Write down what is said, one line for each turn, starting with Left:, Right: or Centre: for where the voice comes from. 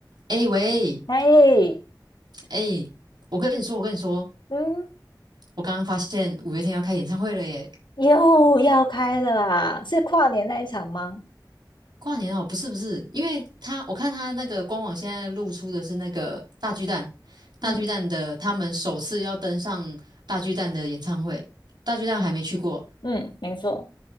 Right: 哎、喂，
Left: 哎，
Right: 哎、我跟你说，我跟你说，
Left: 嗯
Right: 我刚刚发现五月天要开演唱会了耶！
Left: 又要开了啊！是跨年那一场吗？
Right: 跨年哦，不是不是，因为他我看他那个官网现在露出的是那个大巨蛋，大巨蛋的他们首次要登上大巨蛋的演唱会，
Left: 嗯
Right: 大巨蛋还没去过，
Left: 嗯，没错，